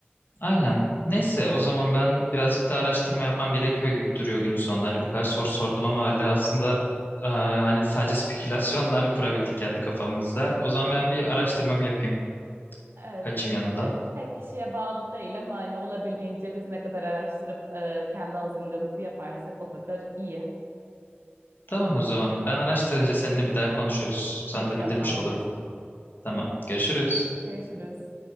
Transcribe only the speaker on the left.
Aynen. Neyse o zaman ben birazcık daha araştırma yapmam gerekiyor gibi duruyor günün sonunda. Hani bu kadar soru sordum ama hala aslında e, hani sadece <laughs> spekülasyonlar kurabildik kendi kafamızda. O zaman ben bir araştırmamı yapayım.
Kaçayım
yanından.
Tamam o zaman. Ben araştırınca seninle bir daha konuşuruz. Sana
da
bildirmiş olurum. Tamam. Görüşürüz.